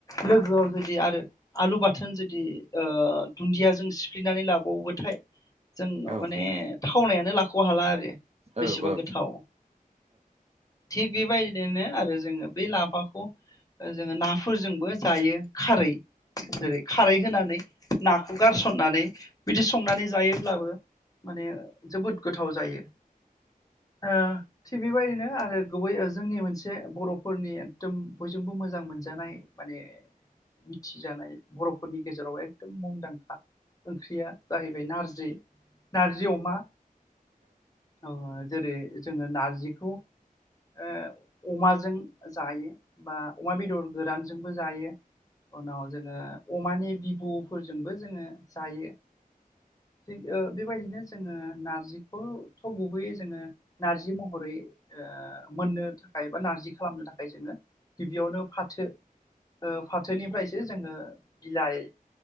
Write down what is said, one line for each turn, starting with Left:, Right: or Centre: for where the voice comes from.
Left: लोगोआव जुदि आरो आलु बाथोन जुदि ओ दुन्दियाजों सिफ्लेनानै लाबावथाय जों माने
Right: औ नोंथां औ नोंथां औ
Left: थावनायानो खौ हाला आरो
Right: औ
Left: बेसेबा
Right: औ
Left: गोथाव थिग बेबायदिनो आरो जोङो बेै लाफाखौ जोङो ना फोरजोंबो जायो। खारै जेरै खारै होनानै नाखौ गारसननानै बिदि संनानै जायोब्लाबो माने जोबोद गोथाव जायो। ओ थिग बेबायदिनो आरो गुबै जोंनि मोनसे बर'फोरनि एकदम बयजोंबो मोजां मोनजानाय माने मिथिजानाय बर' फोरनि गेजेरावबो एकदम मुंदांखा ओंख्रिया जाहैबाय नारजि नारजि अमा औ जेरै जोङो नारजिखौ ओ अमा जों जायो। बा अमा बेदर गोरान जायो। उनाव जोङो अमानि बि गफोरजोंबो जोङो जायो। <unintelligible> बेबायदिनो जोङो नारजिखौथ' गुबैयै जोङो नारजि महरै ओ मोननो थाखाय बा नारजि खालामनो थाखाय जोङो गिबियावनो फाथो फाथोनिफ्रायसो जोङो बिलाइ